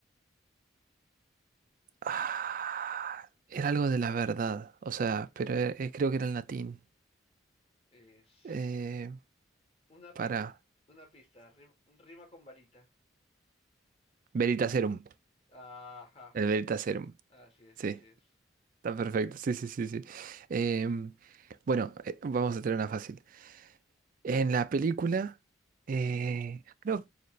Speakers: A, on the right (about 45°); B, on the left (about 30°).
A: ah, era algo de la verdad, o sea, pero eh, creo que era en latín.
B: eh, sí.
A: Eh,
B: Una
A: Para.
B: pista, una pista, rim- rima, con varita.
A: Veritaserum.
B: Ajá,
A: El Veritaserum.
B: así es,
A: Sí,
B: así es.
A: está perfecto. Sí, sí, sí, sí. Em, bueno, eh, vamos a tener una fácil. En la película, eh, creo,